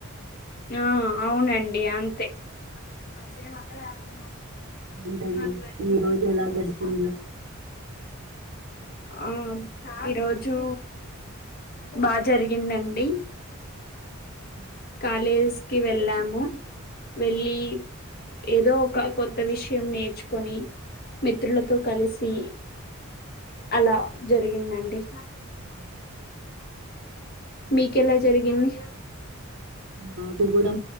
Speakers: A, on the left (about 45°); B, on the right (about 70°).
A: ఆ అవునండి అంతే మస మాత్రం రాకున్నా
B: ఏంటండి
A: నలుగురు ఐదుగురికి
B: ఈ రోజు
A: ఫోన్
B: ఎలా
A: చేసి
B: గడిచింది
A: మాట్లాడాలి ఆ ఈరోజు బాగా జరిగిందండి
B: అ
A: కాలేజ్ కి వెళ్ళాము వెళ్లి ఏదో ఒక కొత్త విషయం నేర్చుకొని మిత్రులతో కలిసి అలా జరిగిందండి
B: ఉ
A: మీకెలా జరిగింది
B: మాకు కూడా